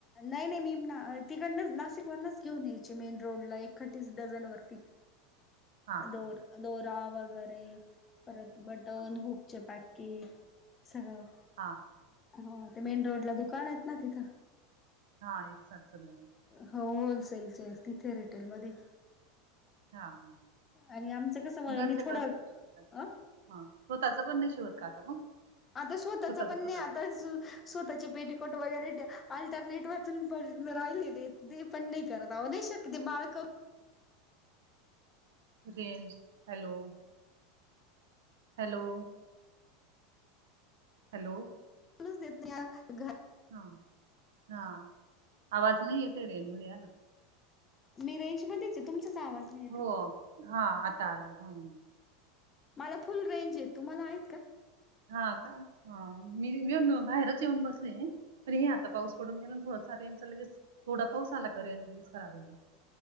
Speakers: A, on the left (about 15°); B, on the right (about 85°).
A: नाही नाही मी ना तिकडनंच नाशिक वरनच घेऊन यायची मेन रोडला एकीस डझन वरती
B: हा हा
A: दोर दोरा वगैरे परत बटन
B: हा
A: हुकचे पॅक की सगळ
B: हां
A: हो ते मेन रोड ला दुकान आहेत ना तिथं
B: हा एकल
A: हो होलसेलचे आहे तिथे रिटेलमध्येध्ये
B: हा हा
A: आणि आमचं कस म
B: मग घरच्या
A: मी थोडं
B: घरच शिवता
A: अ
B: हा स्वतःच पण नाही शिवत का आता मग
A: आता स्वतःचा
B: स्वतःच
A: पण
B: स्वतःच
A: नाही आता स्वतःचे पेटीकोट वगैरे अल्टरनेट वून पण राहिलेले ते पण नाही करत आह नाही शकत ते बालक
B: रेंज हॅलो हॅलो हॅलो
A: करूनच देत नाही घर
B: हा हा आवाज नाही आहे ते रेंजमध्ये या ना
A: मी रेंज मध्येच आहे तुमचाच आवाज नाही येते
B: हो हा आता आला हम्म
A: मला फुल रेंज य तुम्हाला आहेत का
B: हा का मी येऊन बाहेरच येऊन बसले तर हे आता पाऊस पडून घेऊन थोडासा रंज ला लगेच थोड पाऊ आला का रंज लगेच खराब हो